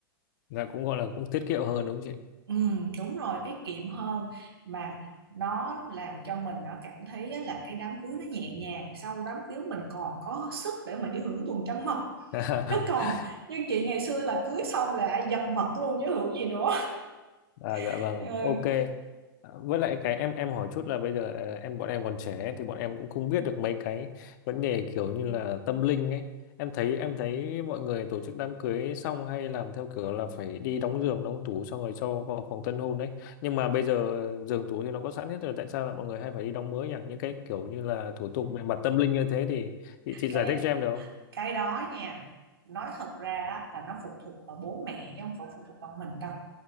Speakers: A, on the left (about 55°); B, on the right (about 80°).
A: là cũng gọi là cũng tiết kiệm hơn đúng không
B: Ừ, đúng rồi tiết kiệm hơn mà nó làm cho mình nó cảm thấy á, là cái đám cưới nó nhẹ nhàng sau đám cưới mình còn có sức để mình đi hưởng tuần trăng mật
A: chị <laughs>
B: chứ còn như chị ngày xưa là cưới xong là dập mật luôn chứ hưởng gì nữa
A: À, dạ
B: <laughs>
A: vâng,
B: ừ,
A: ok. À, Với lại cái em em hỏi chút là bây giờ ờ, em bọn em còn trẻ ấy, thì bọn em cũng không biết được mấy cái vấn đề kiểu như là tâm linh ấy. Em thấy em thấy mọi người tổ chức đám cưới xong hay làm theo kiểu là phải đi đóng giường, đóng tủ xong rồi cho vào phòng tân hôn đấy Nhưng mà bây giờ ờ, giường tủ thì nó có sẵn hết rồi, tại sao là mọi người hay phải đi đóng mới nhỉ? Những cái kiểu như là thủ tục về mặt tâm linh như thế thì thì chị giải
B: cái
A: thích cho em được không?
B: cái đó nha nói thật ra á, là nó phụ thuộc vào bố mẹ chứ không phải phụ thuộc vào mình đâu